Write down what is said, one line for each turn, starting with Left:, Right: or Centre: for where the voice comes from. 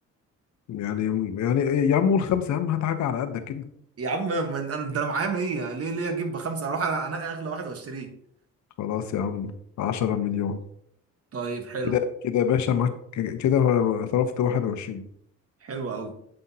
Left: يعني يعني إيه، يا عم قول خمسة يا عم هات حاجة على قدك كده
Right: يا عم من... انا ده انا معايا 100 ليه ليه اجيب بخمسه اروح انا انا اغلى واحد واشتريه
Left: خلاص يا عم عشرة مليون
Right: طيب حلو
Left: كده كده يا باشا معاك كده صرفت واحد وعشرين
Right: حلو قوي